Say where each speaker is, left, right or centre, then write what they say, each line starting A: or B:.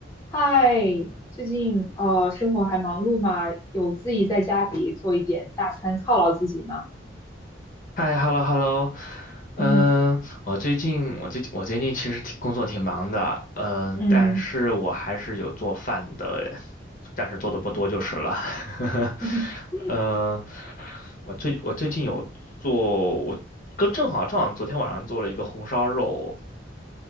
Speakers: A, on the left (about 15°); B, on the left (about 45°).
A: 嗨，最近呃生活还忙碌吗？有自己在家里做一点大餐犒劳自己吗？
B: 嗨，hello hello，嗯，
A: 嗯
B: 我最近我最近我最近其实挺工作挺忙的，嗯，
A: 嗯
B: 但是我还是有做饭的，但是做的不多就是了。<laughs>
A: <laughs>，
B: 呃，我最我最近有做，我跟正好正好昨天晚上做了一个红烧肉，